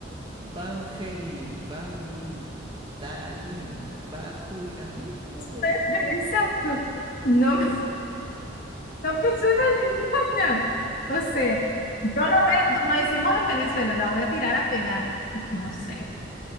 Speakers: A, on the right; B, on the left.
A: Banjeri, Bangui, Tallinn, Bajul. Ay, tengo miedo.
B: <laughs> Exacto. No me, no me suena ninguna. O sea, yo la voy a, como decimos en Venezuela, la voy a tirar a pegar, porque no sé.